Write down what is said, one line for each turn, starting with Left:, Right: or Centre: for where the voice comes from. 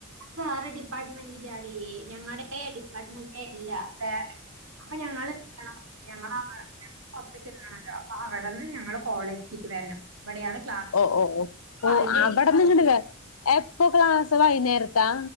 Right: വേറെ ഡിപ്പാർട്ട്മെന്റിന്റൊടി ഞങ്ങളടെ ഡിപ്പാർട്ട്മെന്റ അല്ല. വെറ, അപ്പൊ <unintelligible> ഹോസ്പിറ്റലിലാണല്ലോ. അപ്പൊ അവിടെന്ന് ഞങ്ങള കോളേജിലക്ക് വരണം. ഇവിടെയാണ് ക്ലാസ്
Left: ഓ ഓ ഓ ഓ
Right: അതിന്റെ
Left: അവിടന്നിങ്ങട് വേ എപ്പൊ ക്ലാസ് വൈകുന്നേരത്താ